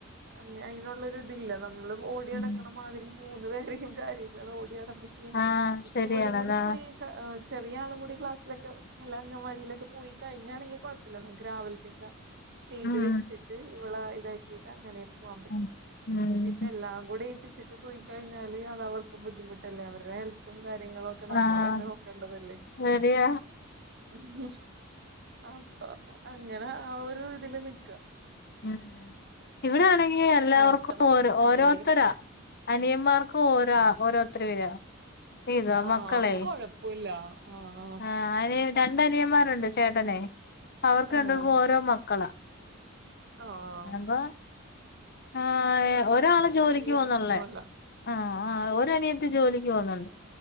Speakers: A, on the right; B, on the left.
A: അ അതിനുള്ളരു ഇതില്ല നമ്മൾ ഓടി
B: ഉം
A: അടക്കണ മാതിരി മൂന്ന് പേര കാര്യങ്ങൾ ഓടടന്ന് ചെയ്യൻ
B: ആഹ്
A: ഇപ്പൊ
B: ശരിയാണല്ലേ
A: ഇവളും കൂടി പോയി ഏ് ചെറിയ ആളും കൂടി ക്ലാസിലക്കെ നല്ല അവാടിയിലൊക്കെ പോയി കഴിഞ്ഞാണെങ്കിൽഴപ്പ നമു രാവിലത്തേക്ക ചെയ്ത്
B: ഉം
A: വെച്ചിട്ട് ഇവളെ ഇതാക്കിട്ട് അങ്ങനെ പോകൻ പറ്റും
B: ഉം ഉം
A: പക്ഷെ ഇപ്പ എല്ലാം കൂടെ ഏൽപ്പിച്ചിട്ട് പോയി കഴിഞ്ഞില് അത് അവർക്കും ബുദ്ധിമുട്ടല്ലേ അവരുടെ ഹെൽത്തും കാര്യങ്ങളും ഒക്കെ നമ്മള
B: ആഹ്
A: തെ കണ്ടതല്ലേ
B: ശരിയാ
A: ഉം അപ്പൊ അങ്ങനെ ആഹ് ഒരു ഇതില് നിക്ക
B: ഉം ഇവിടെ ആണെങ്കി എല്ലാവർക്കും
A: നോക്കണം
B: ഓരോ ഓരോരുത്തരാ
A: എന്തെങ്കിലും
B: അനിയന്മാർക്ക് ഓരോ ഓരോരുത്തർ വരാ ഇതാ
A: ആഹ്
B: മക്കളെ
A: അപ്പൊ കൊഴപ്പില്ല ആഹ് ആഹ്
B: ആഹ് അനി രണ്ട് അനിയന്മാരുണ്ട് ചേട്ടനെ അ അവർക്ക്
A: ആഹ്
B: രണ്ട് പേർക്കും ഓരോ മക്കളാ
A: ആഹ് ആഹ്
B: അപ്പൊ ആഹ് ഒരാള്
A: അപ്പൊ പിന്നെ
B: ജോലിക്ക്
A: വല്യ
B: പോന്നള്ളേ
A: പ്രശ്നോല്ല
B: ആഹ് ആഹ് ഒര് അനിയത്തി ജോലിക്ക് പോവുന്നുണ്ട്